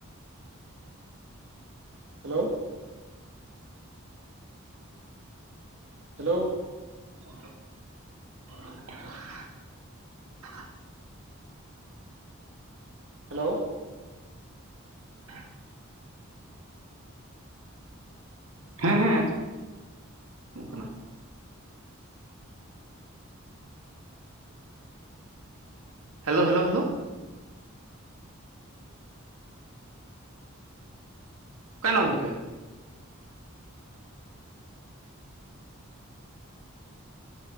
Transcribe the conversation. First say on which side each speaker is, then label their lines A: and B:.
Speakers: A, on the right; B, on the right.
A: ᱦᱮᱞᱳ ᱦᱮᱞᱳ
B: <inaudible>
A: ᱦᱮᱞᱳ
B: <inaudible> ᱦᱮᱸ ᱦᱮᱸ ᱢᱚᱜ ᱠᱟᱱᱟ ᱦᱮᱞᱳ ᱦᱮᱞᱳ ᱦᱮᱞᱳ ᱚᱠᱟᱭ ᱱᱟᱢ ᱜᱚᱝᱠᱮ?